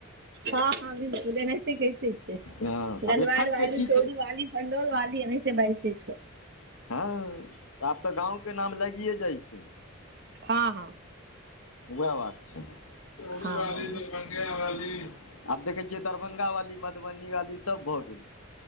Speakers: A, on the right; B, on the left.
A: हँ हँ बिल्कुल एनाहिते कहते छै
B: हँ
A: गनवार
B: आब एखन
A: वाली
B: के की
A: चौरीवाली
B: छै
A: हडोल वाली एनाते बाइज द‌ई छै
B: हँ आब तऽ गाँंव के नाम लग‌ई जाइ छै
A: हँ हँ
B: वएह बात छै चोरी
A: हँ
B: वाली
A: हँ
B: दरभंगा वाली आब देखै छियै दरभंगा वाली मधुबनी वाली सभ भऽ गेलै